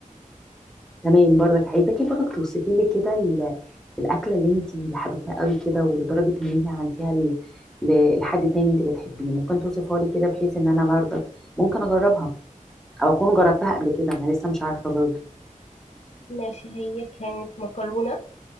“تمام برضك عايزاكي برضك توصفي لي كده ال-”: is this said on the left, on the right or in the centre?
Centre